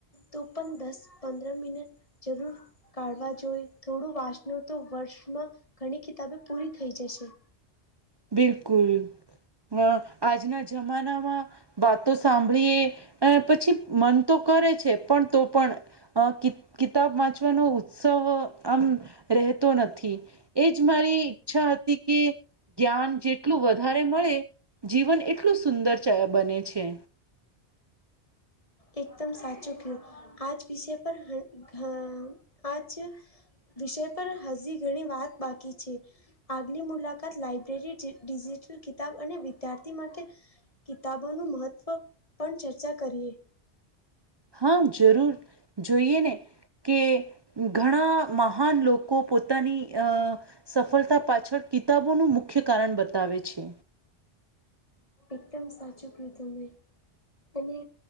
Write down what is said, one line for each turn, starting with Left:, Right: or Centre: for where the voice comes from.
Left: તો પણ દસ પંદર મિનિટ જરૂર. કાઢવા જોય થોડું વાંસનો તો વર્ષમાં ઘણી કિતાબે પૂરી થઈ જશે.
Right: બિલકુલ અ આજના જમાનામાં. વાતો સાંભળીએ પછી મન તો કરે છે પણ તો પણ. અ કિ કિતાબ વાંચવાનો ઉત્સવ આમ રહેતો નથી. એજ મારી ઈચ્છા હતી કે જ્ઞાન જેટલું વધારે મળે જીવન એટલું સુંદર બને છે.
Left: એકદમ સાચું કિયું આજ વિષય પર હ આજ. વિષય પર હજી ઘણી વાત બાકી છે. આગલી મુલાકાત લાઈબ્રેરી ડિજિટલ કિતાબ અને વિદ્યાર્થી માટે કિતાબોનું મહત્વ પણ ચર્ચા કરીએ.
Right: હ જરૂર જોઈએ ને. કે ઘણા મહાન લોકો પોતાની અ. સફળતા પાછળ કિતાબોનું મુખ્ય કારણ બતાવે છે.
Left: એકદમ સાચું કીધું મે. અને